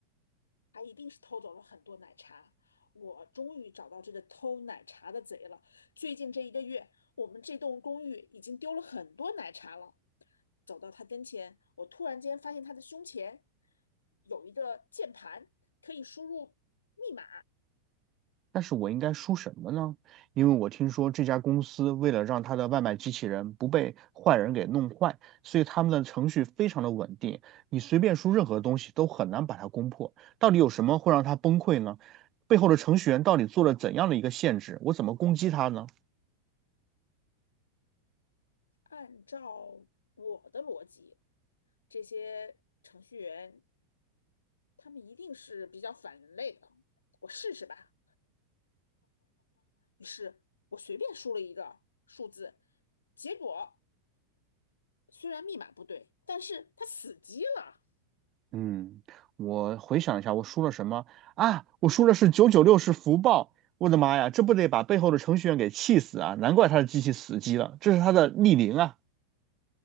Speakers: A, on the left; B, on the right.
A: 他一定是偷走了很多奶茶。我终于找到这个偷奶茶的贼了。最近这一个月，我们这栋公寓已经丢了很多奶茶了。走到他跟前，我突然间发现他的胸前有一个键盘，可以输入密码。
B: 但是我应该输什么呢？因为我听说这家公司为了让他的外卖机器人不被坏人给弄坏，所以他们的程序非常的稳定，你随便输任何东西都很难把它攻破。到底有什么会让它崩溃呢？背后的程序员到底做了怎样的一个限制？我怎么攻击它呢？
A: 按照我的逻辑，这些程序员他们一定是比较反人类的。我试试吧。于是我随便输了一个数字，结果虽然密码不对，但是它死机了。
B: 嗯，我回想一下，我输了什么啊？我输的是九九六是福报。我的妈呀，这不得把背后的程序员给气死啊！难怪他的机器死机了，这是他的逆鳞啊！